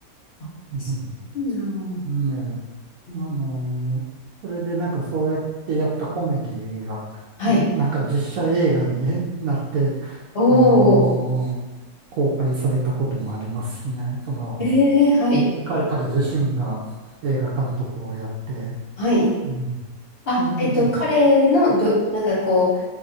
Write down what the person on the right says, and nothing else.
うん、
うんね
あのーそれでなんかそうやってやったコメディが、
んなんか実写映画に <laughs> なって、
あのー公開されたこともありますしね。その、
彼、彼自身が映画監督をやって、
うん。
で、で